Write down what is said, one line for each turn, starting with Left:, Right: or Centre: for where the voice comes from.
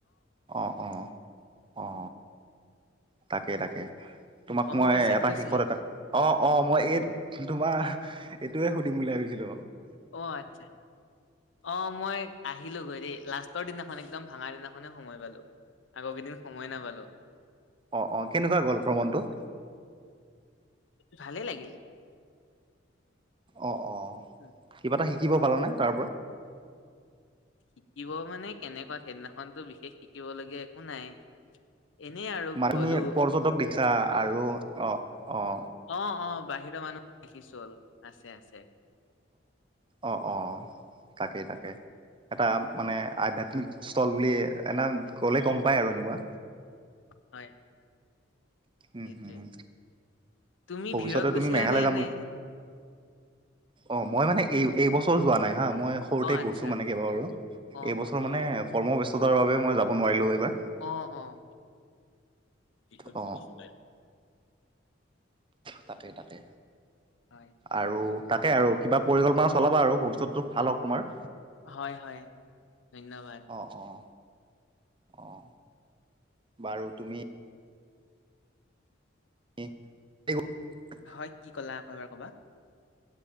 Right: অ অ অ তাকে, তাকে, তোমাক
Left: অম্বুবাচীত
Right: মই এটা
Left: গৈছিলা
Right: শেষত এটা অ', অ', মই এই তোমাৰ এইটোয়ে সুধিম বুলি ভাবিছিলো।
Left: অ' আচ্ছা। অ', মই আহিলোগৈ দেই লাষ্টৰ দিনাখন, একদম ভাঙা দিনাখনে সময় পালো। আগৰ কেইদিন সময় নাপালো
Right: অহ অহ কেনেকুৱা গ'ল ভ্ৰমণটো
Left: ভালেই লাগিলে
Right: অহ অহ
Left: উম
Right: কিবা এটা শিকিব পালানে তাৰ পৰা।
Left: শিকিব মানে কেনেকুৱা সেইদিনাখনতো বিশেষ শিকিব লগীয়া একো নাই। এনে আৰু
Right: মানুহয়ে
Left: গ'লো
Right: পৰ্যটক দেখিছা আৰু অহ অহ,
Left: অহ অহ বাহিৰা মানুহ দেখিছো অলপ আছে আছে।
Right: অহ অহ তাকে তাকে, এটা মানে আধ্যাত্মিক স্থল বুলি এনে গ'লে গম পায় আৰু এনেকুৱা।
Left: হয়।
Right: উম
Left: সেইটোৱে
Right: হুম
Left: তুমি
Right: ভৱিষ্যতে
Left: ভিৰত গৈছিলানে
Right: তুমি মেঘালয় যাম
Left: এনে
Right: বুলি, অহ মই মানে এই এইবছৰ যোৱা নাই হা মই, সৰুতে
Left: অ আচ্ছা
Right: গৈছোঁ মানে কেইবাবাৰো
Left: অ',
Right: এইবছৰ
Left: অ'। ৰে'ল
Right: মানে কৰ্মব্যস্ততাৰ বাবে মই যাব নোৱাৰিলোঁ এইবাৰ।
Left: অহ অহ <unintelligible>
Right: অ তাতে তাতে,
Left: হয়।
Right: আৰু তাকে আৰু কিবা পৰিকল্পনা চলাবা আৰু ভৱিষ্যতো ভাল হওক তোমাৰ।
Left: হয় হয় ধন্যবাদ।
Right: অহ অহ বাৰু তুমি, <unintelligible>
Left: হয় কি ক'লা আকৌ এবাৰ ক'বা।